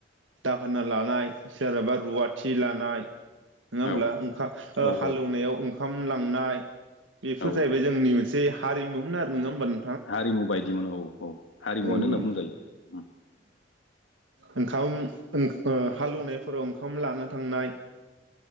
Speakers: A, on the right (about 80°); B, on the left (about 80°).
A: दाहोना लानाय जेनेबा रुवाथि लानाय । नङा होमब्ला
B: औ
A: ओंखाम ओ
B: औ
A: हाल एवनायाव ओंखाम ओंखामलांनाय बेफोर
B: औ
A: जाहैबाय जोंनि मोन से हारिमुमोन आरो नङा होमबा नों
B: हारिमु बायदिमोन औ औ हारिमुवानो
A: औ
B: होनना बुंजायो।
A: ओंखाम ओ हालेवनायफोराव ओंखाम लानो थांनाय।